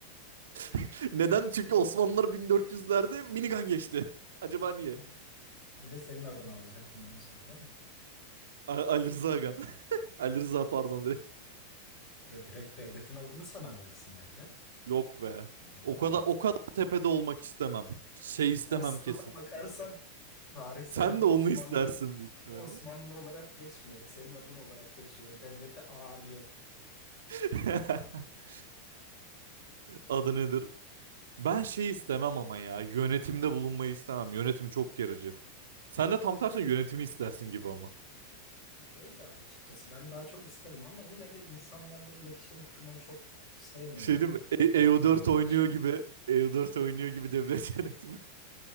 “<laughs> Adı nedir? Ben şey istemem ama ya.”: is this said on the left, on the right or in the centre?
Right